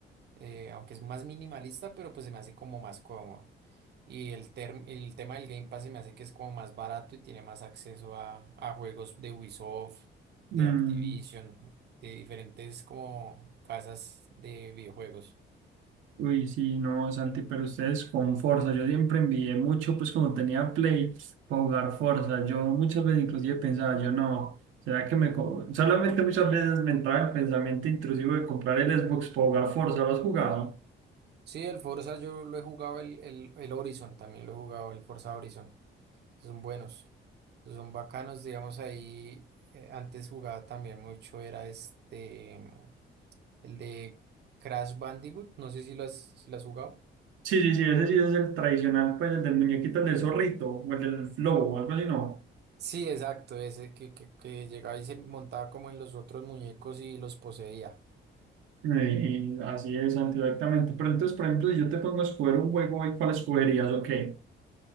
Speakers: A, on the right (about 55°); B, on the right (about 80°).
A: eh, aunque es más minimalista, pero pues se me hace como más cómodo. Y el, term- el tema del Game Pass se me hace que es como más barato y tiene más acceso a, a juegos de Ubisoft, de
B: mm,
A: Activision, de diferentes como casas de videojuegos.
B: Uy, sí, no, Santi, pero ustedes con Forza, yo siempre envidié mucho, pues cuando tenía Play, para jugar Forza, yo muchas veces inclusive pensaba, yo no, será que me... co-?". Solamente muchas veces me entraba el pensamiento intrusivo de comprar el Xbox para jugar Forza, ¿lo has jugado?
A: Sí, el Forza yo lo he jugado, el, el, el Horizon también lo he jugado, el Forza Horizon. Esos son buenos, esos son bacanos, digamos ahí. eh, antes jugaba también mucho, era este, mm, el de Crash Bandicoot, no sé si lo has, si lo has jugado.
B: Sí, sí, sí, ese sí es el tradicional, pues el del muñequito, el del zorrito, o el del flow, o algo así, ¿no?
A: Sí, exacto, ese que, que, que llegaba y se montaba como en los otros muñecos y los poseía.
B: Eh, así es, Santi, exactamente, pero entonces, por ejemplo, si yo te pongo a escoger un juego, ¿cuál escogerías o qué?